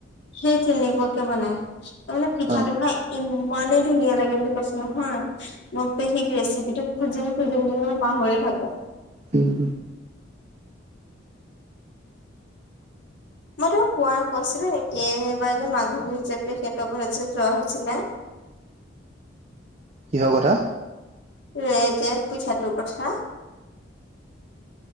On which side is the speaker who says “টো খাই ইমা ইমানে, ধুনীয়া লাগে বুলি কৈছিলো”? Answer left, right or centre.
Left